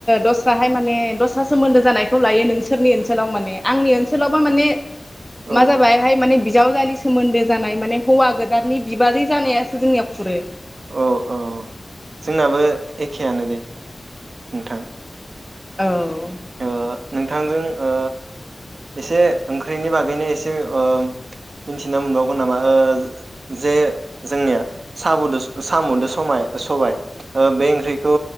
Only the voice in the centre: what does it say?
दस्राहाय माने दस्रा सोमोन्दो जानायखौ लायो नोंसोरनि ओनसोलाव माने आंनि ओनसोलावबा माने मा
जाबाय हाय माने बिजावजालि सोमोन्दो जानाय माने हौवा गोदाननि बिबाजै जानायासो जोंनिया खुरो
औ